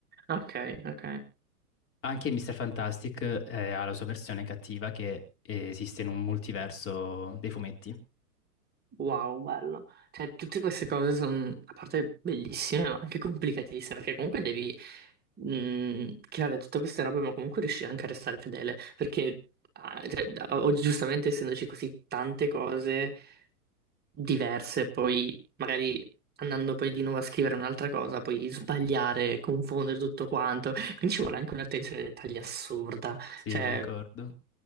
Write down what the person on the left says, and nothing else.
Anche Mr. Fantastic eh, ha la sua versione cattiva che esiste in un multiverso dei fumetti.
Sì,
concordo.